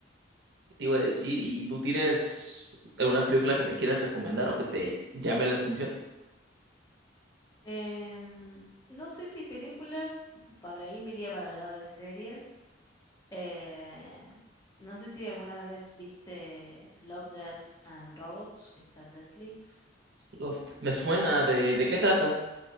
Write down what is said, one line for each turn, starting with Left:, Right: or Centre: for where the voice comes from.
Right: ¿qué te iba a decir? ¿Y tú tienes alguna película que me quieras recomendar o que te llame la atención?
Left: Em, no sé si película, para ahí me iría para el lado de series. Eh, no sé si alguna vez viste Love, Death and Robots, que está en Netflix.
Right: Uf, me suena de, ¿de qué trata?